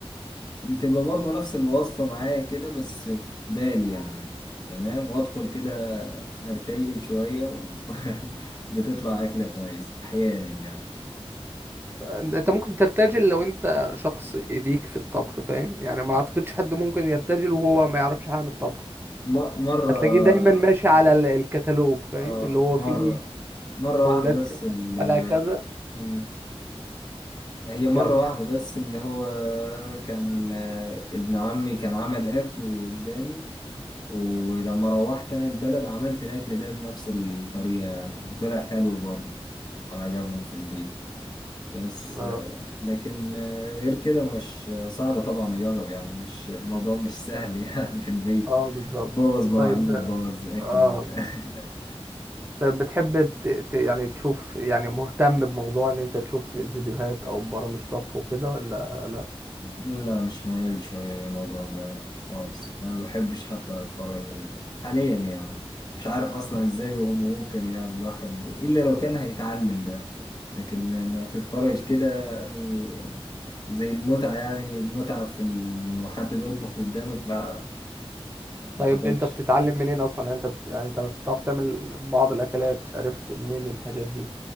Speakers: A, on the left (about 40°); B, on the right (about 20°).
A: بتبقى برضه نفس الوصفه معايا كده بس في بالي يعني تمام وادخل كده ارتجل شويه و... <laughs> بتطلع اكله كويسه احيانا يعني
B: انت ممكن ترتجل لو انت شخص ايديك في الطبخ فاهم يعني ما اعتقدش حد ممكن يرتجل وهو ما يعرفش حاجة عن الطبخ
A: م- مرة
B: هتلاقيه دايما ماشي على
A: آه
B: ال- الكتالوج فاهم
A: آه
B: اللي هو
A: مرة
B: فيه
A: مرة
B: مكونات
A: واحدة بس
B: كذا
A: ال
B: تبقى لها كذا
A: مم. هي مرة
B: كمل
A: واحدة بس اللي هو كان آه، ابن عمي كان عمل أكل قدامي ولما روحت أنا البلد عملت الأكل ده بنفس الطريقة يعني وطلع حلو برضه وعجبهم في البيت بس
B: مم.
A: آه، لكن آه، غير كده مش صعب طبعا أجرب يعني مش الموضوع مش سهل <laughs> يعني في البيت
B: اه بالظبط
A: بوظ مواعين
B: طيب
A: وتبوظ أكل
B: اه
A: وبتاع <laughs>
B: طيب بتحب ت... ت... يعني تشوف يعني مهتم بموضوع ان انت تشوف فيديوهات او برامج طبخ وكده ولا لا
A: لا مش ميال شوية للموضوع ده خالص ما بحبش حتى أتفرج عليه حاليا يعني مش عارف أصلا إزاي هو ممكن يعني الواحد إلا لو كان هيتعلم ده لكن إنك تتفرج كده يعني زي المتعة يعني متعة في إنه حد بيطبخ قدامك لا ما
B: طيب
A: أعتقدش
B: انت بتتعلم منين اصلا يعني انت بت... يعني انت بس بتعرف تعمل بعض الاكلات عرفت منين الحاجات دي